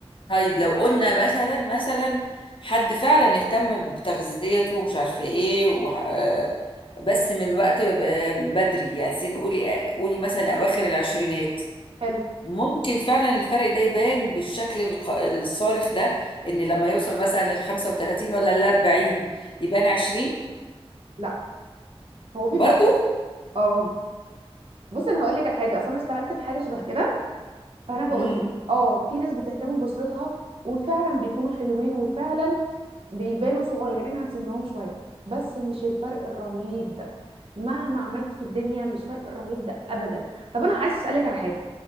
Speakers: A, on the left; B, on the right.
A: طيب لو قلنا مثلا مثلا حد فعلا اهتم بتغذيته ومش عارفة ايه وح- آه، بس من وقت ب- آه، بدري يعني سين- قولي قولي مثلا أواخر العشرينات
B: حلو
A: ممكن فعلا الفرق ده يبان بالشكل الق- الصارخ ده ان لما يوصل مثلا لل 35 ولا لل 40 يبان 20
B: لا هو في
A: برضو
B: فرق اه بص انا هقول لك على حاجه اصل انا اشتغلت في حاجه شبه كده فانا بقول
A: امم
B: لك اه في ناس بتهتم باسرتها وفعلا بيكونوا حلوين وفعلا بيبانوا صغيرين عن سنهم شويه بس مش الفرق الرهيب ده مهما عملت في الدنيا مش فرق الرهيب ده ابدا طب انا عايز اسالك على حاجه